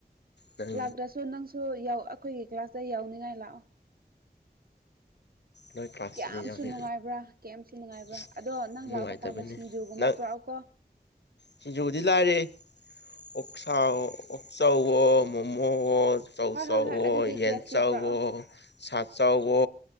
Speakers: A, on the left (about 85°); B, on the right (about 60°).
A: ꯅꯪ
B: ꯂꯥꯛꯇ꯭ꯔꯁꯨ ꯅꯪ ꯁꯨ ꯌꯧ ꯑꯩꯈꯣꯏꯒꯤ ꯀ꯭ꯂꯥꯁꯇ ꯌꯥꯎꯅꯤꯡꯉꯥꯏ ꯂꯥꯛꯑꯣ
A: ꯅꯣꯏ ꯀ꯭ꯂꯥꯁꯇꯗꯤ
B: ꯀꯌꯥꯝꯁꯨ
A: ꯌꯥꯎꯅ
B: ꯅꯨꯡꯉꯥꯏꯕ꯭ꯔꯥ ꯀꯩꯝꯁꯨ ꯅꯨꯡꯉꯥꯏꯕ꯭ꯔꯥ
A: ꯏꯁ
B: ꯑꯗꯣ ꯅꯪ
A: ꯅꯨꯡꯉꯥꯏꯇꯕꯅꯦ
B: ꯂꯥꯛꯄ ꯀꯥꯟꯗ ꯁꯤꯡꯖꯨꯒꯨꯝꯕ
A: ꯅꯪ
B: ꯄꯨꯔꯛꯑꯣꯀꯣ
A: ꯁꯤꯡꯖꯨꯗꯤ ꯂꯥꯏꯔꯤ ꯑꯣꯛꯁꯥꯍꯣ ꯑꯣꯛꯆꯧꯋꯣ ꯃꯣꯃꯣꯋꯣ ꯆꯧ
B: ꯍꯣꯏ
A: ꯆꯧꯋꯣ
B: ꯍꯣꯏ ꯍꯣꯏ ꯑꯗꯨꯗꯤ
A: ꯌꯦꯟ
B: ꯀꯦ ꯑꯦꯐ ꯁꯤ
A: ꯆꯥꯎꯋꯣ
B: ꯄꯨꯔꯛꯑꯣ
A: ꯁꯥ ꯆꯧꯋꯣ